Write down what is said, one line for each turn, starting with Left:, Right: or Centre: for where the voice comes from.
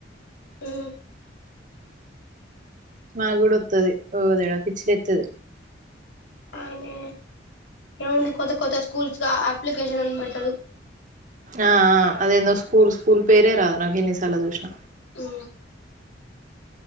Left: ఊ
Right: మాగూడొత్తది ఓదేవుడా పిచ్చి లేత్తది
Left: ఆయనే ఏముంది కొత్త కొత్త స్కూల్స్గా అప్లికేషన్ అన్ పెడతాడు
Right: ఆ అదేందో స్కూల్ స్కూల్ పేరే రాదు నాకు ఎన్ని సార్లు జుషిన
Left: ఊ